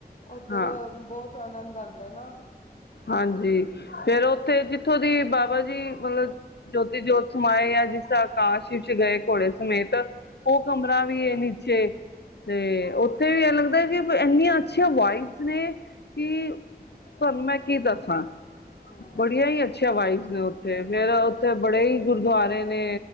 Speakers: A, on the left (about 50°); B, on the left (about 85°).
A: ਉੱਧਰ
B: ਹਾਂ
A: ਬੋਤ ਆਨੰਦ ਆਂਦਾ ਨਾ।
B: ਹਾਂਜੀ ਫੇਰ ਉੱਥੇ ਜਿੱਥੋਂ ਦੀ ਬਾਬਾ ਜੀ ਮਤਲਬ ਜੋਤੀ ਜੋਤ ਸਮਾਏ ਆ ਜਿਸ ਤਰ੍ਹਾਂ ਆਕਾਸ਼ ਵਿੱਚ ਗਏ ਘੋੜੇ ਸਮੇਤ ਉਹ ਕਮਰਾ ਵੀ ਏ ਨੀਚੇ। ਤੇ ਉੱਥੇ ਵੀ ਇਹ ਲੱਗਦਾ ਜਿਵੇਂ ਬਈ ਇੰਨੀਆਂ ਅੱਛੀਆਂ ਵਾਇਬਸ ਨੇ ਕਿ ਤੁਹਾਨੂੰ ਮੈਂ ਕੀ ਦੱਸਾਂ
A: ਹਾਂ
B: ਬੜੀਆਂ ਹੀ ਅੱਛੀਆਂ ਵਾਇਬਸ ਨੇ। ਫੇਰ, ਫੇਰ ਉੱਥੇ ਬੜੇ ਹੀ ਗੁਰਦੁਆਰੇ ਨੇ